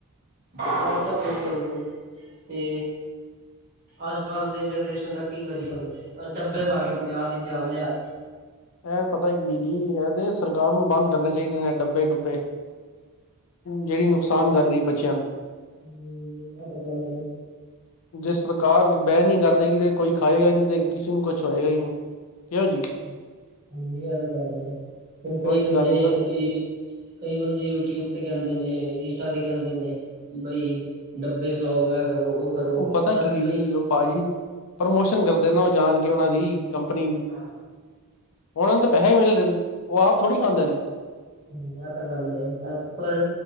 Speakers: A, on the right; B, on the left.
A: ਫਰਕ ਤਾ ਪਏਗਾ ਹੀ ਨਹੀਂ ਤੇ ਅੱਜ ਕੱਲ੍ਹ ਦੇ ਜਨਰੇਸ਼ਨ ਦਾ ਕੀ ਕਰੀਏ ਹੁਣ ਡੱਬੇ ਖਾ ਕੇ ਆਪਣੇ ਆਪ ਦੀ ਹੀ ਜਾਨ ਲਿਆ
B: ਇਹ ਪਤਾ ਕੀ ਹੈ ਜੀ, ਇਹ ਤੇ ਸਰਕਾਰ ਨੂੰ ਬੰਦ ਕਰਨੇ ਚਾਹੀਦੇ ਨੇ ਡੱਬੇ -ਡੁੱਬੇ। ਜਿਹੜੀ ਨੁਕਸਾਨ ਕਰ ਰਹੀ ਬੱਚਿਆਂ ਨੂੰ।
A: ਹਮ ਇਹ ਤਾਂ ਗੱਲ ਏ।
B: ਜੇ ਸਰਕਾਰ ਬੈਨ ਹੀ ਕਰਦੇਗੀ ਤੇ ਕੋਈ ਖਾਏਗਾ ਨਹੀਂ ਤੇ ਕਿਸੇ ਨੂੰ ਕੁਛ ਹੋਏਗਾ ਹੀ ਨਹੀਂ। ਕਿਉਂ ਜੀ
A: ਹਾਂਜੀ ਇਹ ਤਾਂ ਗੱਲ ਹੈ, ਹੁਣ
B: ਉਹੀ
A: ਕਈ ਬੰਦੇ
B: ਗੱਲ ਹੈ ਨਾ
A: ਏ ਕਈ ਬੰਦੇ ਯੂਟਿਊਬ ਤੇ ਕਹਿੰਦੇ, ਨੇ ਇੰਸਟਾ ਤੇ ਕਹਿੰਦੇ ਨੇ। ਬਈ ਡੱਬੇ ਖਾਓ ਏ ਕਰੋ ਉਹ ਕਰੋ
B: ਪਤਾ
A: ਪਰ
B: ਕੀ ਹੈ
A: ਕਈ
B: ਜੀ ਉਹ ਭਾਜੀ ਪ੍ਰਮੋਸ਼ਨ ਕਰਦੇ ਨਾ ਉਹ ਜਾਣ ਕੇ ਉਹਨਾਂ ਦੀ। ਕੰਪਨੀ ਦੀ
A: ਹਾਂ
B: ਉਹਨਾ ਨੂੰ ਤਾਂ ਪੈਸੇ ਮਿਲ ਰਹੇ ਨੇ, ਉਹ ਆਪ ਥੋੜ੍ਹੀ ਖਾਂਦੇ ਨੇ।
A: ਹਾਂਜੀ ਇਹ ਤਾਂ ਗੱਲ ਹੈ ਏ ਪਰ